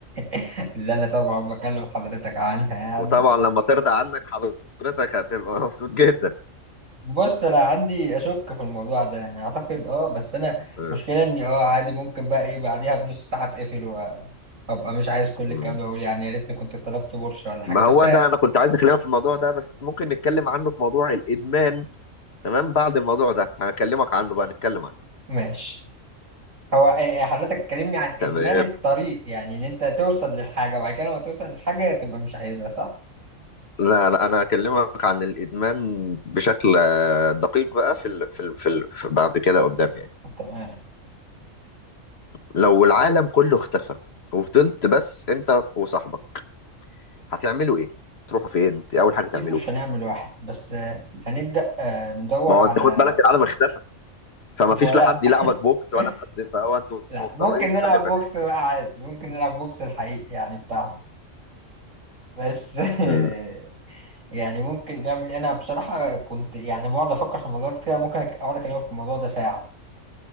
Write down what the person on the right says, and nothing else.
<laughs> اللي أنا طبعا بكلم حضرتك عنها يعني
بص أنا عندي أشك في الموضوع ده يعني أعتقد أه بس أنا
مشكلة إني أه عادي ممكن بقى إيه بعديها بنص ساعة أتقفل وأبقى مش عايز كل
الكلام ده وأقول يعني يا ريتني كنت طلبت بورشة ولا حاجة
بس
ماشي هو إيه- إيه، حضرتك اتكلمني عن إدمان
الطريق يعني إن أنت توصل للحاجة بعد كده لما توصل للحاجة تبقى مش عايزها صح؟
تمام
أكيد مش هنعمل واحد بس آه، هنبدأ آه، ندور
على
ولا
<laughs>
لا
ممكن نلعب
بوكس
بقى عادي ممكن نلعب بوكس الحقيقي يعني بتاعنا بس <laughs>
يعني ممكن نعمل إيه؟ أنا بصراحة كنت يعني بقعد أفكر في الموضوع ده كده ممكن أقعد أكلمك في الموضوع ده ساعة